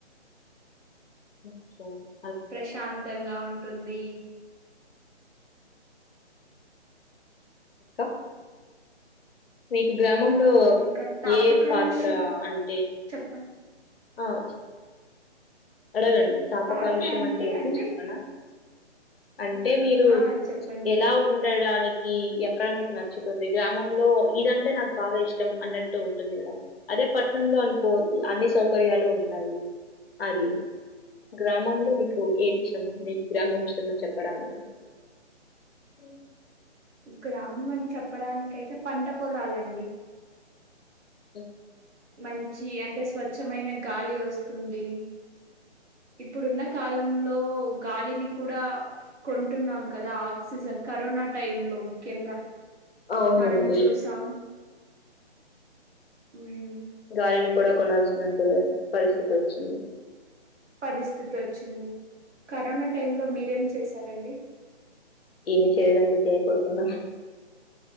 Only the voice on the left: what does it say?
<inaudible>
ఇంకా. మీకు గ్రామంలో,
ఏ పాత్ర అంటే.
అ చి. అడగండి తాప
కాలుష్యం అంటే, ఏంటో
చెప్పన. అంటే మీరు
ఎలా ఉండడాని. కి ఎక్కడ మీకు నచ్చతుంది గ్రామంలో ఇదంటే నాకు బాగా ఇష్టం అన్నట్టు ఉంటుంది కద అదే పట్నంలో అనుకో అన్ని సౌకర్యాలు ఉంటాయి అది గ్రామంలో నీకు ఏది ఇష్టము మీకు గ్రామం ఇష్టమని చెప్పడానికి మ్
అ
అవునండి.
గాలిని కూడా కొనాల్సినంతగా పరిస్థితి వచ్చింది
ఏమి చేయనందుకు భయపడుతున్న